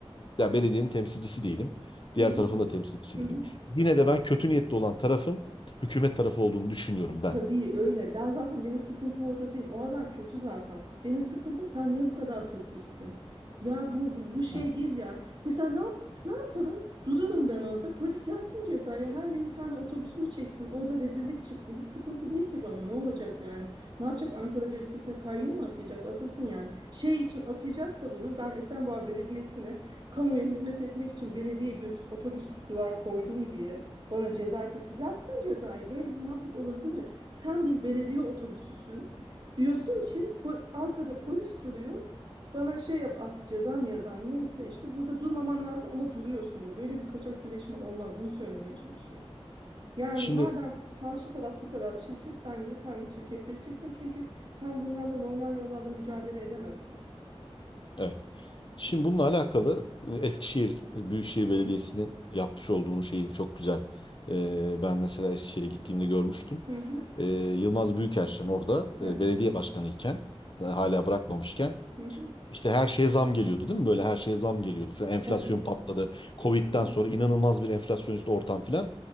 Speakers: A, on the left; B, on the right.
A: ya belediyenin temsilcisi değilim.
B: Hı
A: Diğer
B: hı.
A: tarafın da temsilcisi
B: Hı
A: değilim.
B: hı.
A: Yine de ben kötü niyetli olan tarafın hükümet tarafı olduğunu düşünüyorum
B: Tabii
A: ben.
B: öyle. Ben zaten benim sıkıntım o da değil. O adam kötü zaten. Benim sıkıntım sen niye bu kadar pasifsin? Ya bu bu, bu şey
A: Evet.
B: değil ya. Mesela ne yap ne yaparım? Dururum ben orada. Polis yazsın cezayı. Her gün bir tane otobüsümü çeksin. Orada rezillik çıksın. Hiç sıkıntı değil ki bana. Ne olacak yani? Ne yapacak? Ankara Belediyesi'ne kayyum mu atayacak? Atasın yani. Şey için atayacaksa bunu ben Esenboğa Belediyesi'ne kamuya hizmet etmek için belediye göt otobüs durağı koydum diye bana ceza kesin. Yazsın cezayı. Böyle bir mantık olabilir mi? Sen bir belediye otobüsüsün. Diyorsun ki po- arkada polis duruyor. Bana şey yap artık ceza mı yazan neyse işte burada durmaman lazım ama duruyorsun da böyle bir kaçak güreşme olmaz bunu söylemeye çalışıyorum. Yani
A: Şimdi
B: madem karşı taraf bu kadar çirkef bence sen de çirkefleşeceksin çünkü sen bunlarla normal yollarda mücadele edemezsin.
A: evet.
B: Di-
A: Şimdi bununla alakalı e, Eskişehir Büyükşehir Belediyesi'nin
B: Hı hı,
A: yapmış olduğunu şeyi çok güzel. E, ben mesela Eskişehir'e gittiğimde görmüştüm.
B: hı hı,
A: e, Yılmaz Büyükerşen orada
B: evet,
A: e, belediye başkanı iken e, hala bırakmamışken
B: hı hı,
A: işte her şeye zam geliyordu değil mi? Böyle her şeye zam geliyordu. Falan. Enflasyon
B: evet,
A: patladı. Covid'den
B: hı hı,
A: sonra inanılmaz bir enflasyonist ortam filan.